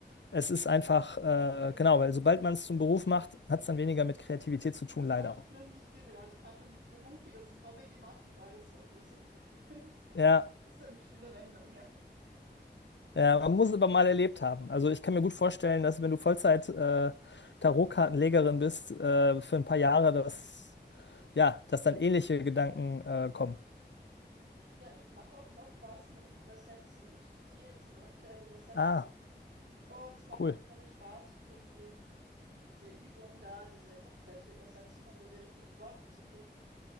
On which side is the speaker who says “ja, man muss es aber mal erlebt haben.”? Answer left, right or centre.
Left